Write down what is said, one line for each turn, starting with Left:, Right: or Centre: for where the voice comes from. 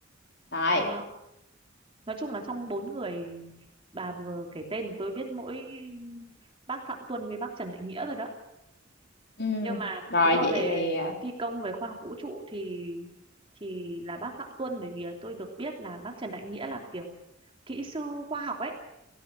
Left: rồi
Right: Ờ, nói chung là trong bốn người bà vừa kể tên thì tôi biết mỗi bác Phạm Tuân với bác Trần Đại Nghĩa rồi đó
Left: Ừm,
Right: nhưng mà
Left: rồi
Right: nếu mà
Left: vậy
Right: về
Left: thì à,
Right: phi công về khoa học vũ trụ thì thì là bác Phạm Tuân bởi vì tôi được biết là bác Trần Đại Nghĩa là kiểu kỹ sư khoa học ấy